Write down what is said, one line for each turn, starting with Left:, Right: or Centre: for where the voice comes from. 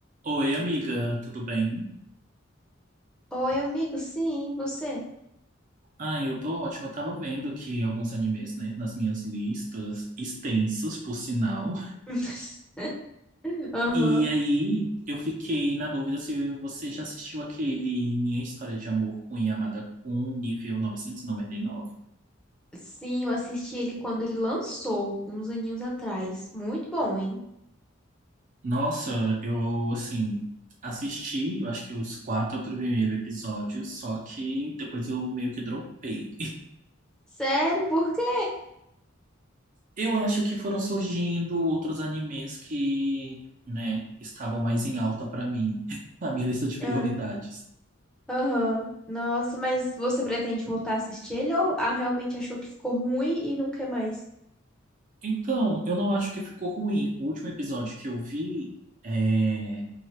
Right: Oi, amiga, tudo bem?
Centre: Oi, amigo, sim, você?
Right: Ai, eu tô ótima. Eu tava vendo aqui alguns animes, né, nas minhas listas, extensas, por sinal.
Centre: <laughs> Aham.
Right: E aí, eu fiquei na dúvida se você já assistiu aquele Minha História de Amor com Yamada-kun, nível novecentos e e noventa e nove.
Centre: Sim, eu assisti ele quando ele lançou, uns aninhos atrás. Muito bom, hein?
Right: Nossa, eu, assim, assisti, eu acho que os quatro primeiros episódios, só que depois eu meio que dropei.
Centre: Sério, por quê?
Right: Eu acho que foram surgindo outros animes que, né, estavam mais em alta pra mim, <laughs> na minha lista de prioridades.
Centre: Ah, Aham. Nossa, mas você pretende voltar a assistir ele ou ah, realmente achou que ficou ruim e não quer mais?
Right: Então, eu não acho que ficou ruim. O último episódio que eu vi é,